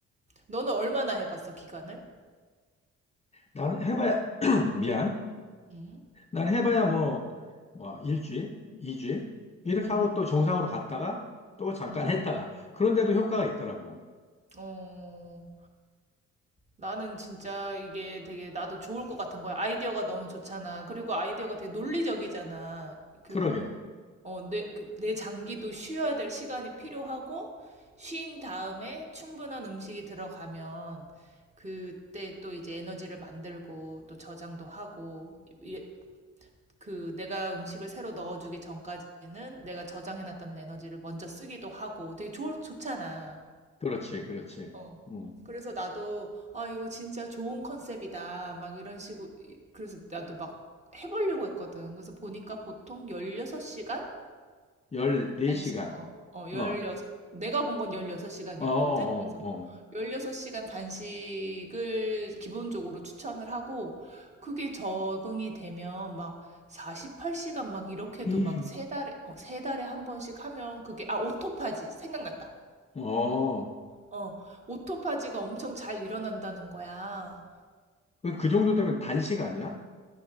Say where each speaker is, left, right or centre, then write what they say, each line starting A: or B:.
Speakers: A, on the right; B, on the left.
A: 너는 얼마나 해봤어, 기간을?
B: 난 해봐야, <clears throat> 미안.
A: 음.
B: 난 해봐야 뭐, 뭐, 일주일, 이주일, 이렇게
A: 음.
B: 하고 또 정상으로 갔다가, 또 잠깐
A: 음.
B: 했다가, 그런데도 효과가 있더라고.
A: 어. 나는 진짜 이게 되게 나도 좋을 것 같은 거야. 아이디어가 너무 좋잖아. 그리고 아이디어가 되게 논리적이잖아. 그
B: 그러게,
A: 어, 내, 그- 내 장기도 쉬어야 될 시간이 필요하고, 쉰 다음에 충분한 음식이 들어가면, 그때 또 이제 에너지를 만들고, 또 저장도 하고, 예- 그 내가 음식을 새로 넣어주기 전까지는 내가 저장해놨던 에너지를 먼저 쓰기도 하고, 되게 좋, 좋잖아.
B: 그렇지, 그렇지.
A: 어.
B: 음.
A: 그래서 나도, 아, 이거 진짜 좋은 컨셉이다. 막 이런 식으로, 이- 그래서 나도 막 해보려고 했거든. 그래서 보니까 보통 16시간?
B: 14시간.
A: 아 시- 어, 어, 여섯
B: 어,
A: 내가 본 건 16시간이었거든?
B: 어, 어,
A: 그래서
B: 어.
A: 16시간 단식을 기본적으로 추천을 하고, 그게 적응이 되면 막 48시간 막 이렇게도
B: 음.
A: 막 세 달에, 어, 세 달에 한 번씩 하면 그게, 아, 오토파지. 생각났다.
B: 어,
A: 어, 오토파지가 엄청 잘 일어난다는 거야.
B: 그, 그 정도 되면 단식 아니야?